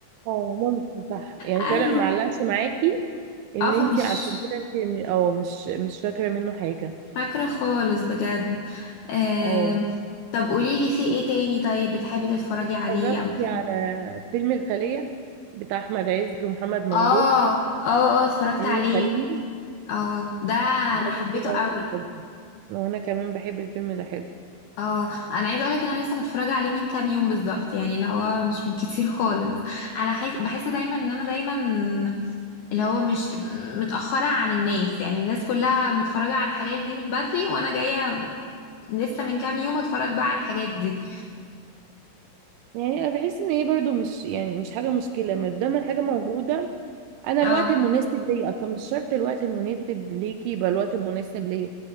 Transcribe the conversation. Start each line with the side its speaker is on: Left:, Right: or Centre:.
Right: اه ممكن صح يعني
Left: ايوه
Right: كده ما علقش معاكي ان
Left: اه فمش
Right: انت عشان كده انت م- اه مش مش فاكره منه حاجه
Left: فاكرة خالص بجد آم،
Right: اه
Left: طب قوليلي في ايه تاني طيب بتحبي تتفرجي عليه
Right: اتفرجتي
Left: او كده
Right: على فيلم الخليه بتاع احمد عز ومحمد ممدوح
Left: اه اه اه اتفرجت
Right: امينه
Left: عليه
Right: خليل
Left: اه ده
Right: ده
Left: انا
Right: الفيلم
Left: حبيته
Right: ده
Left: قوي
Right: انا بحبه وانا كمان بحب الفيلم ده حلو
Left: اه انا عايزه اقولك ان انا لسه متفرجه عليه من كام يوم بالظبط يعني اللي هو مش من <laughs> كتير خالص انا حس بحس دايما ان انا دايما اللي هو مش متاخره عن الناس يعني الناس كلها متفرجه على الحاجات دي من بدري وانا جايه لسه من كام يوم اتفرج بقى على الحاجات دي
Right: يعني انا بحس ان هي برضو مش يعني مش حاجه مشكله ما دام الحاجه موجوده انا
Left: اه
Right: الوقت المناسب ليا اصلا مش شرط الوقت المناسب ليكي يبقى الوقت المناسب ليا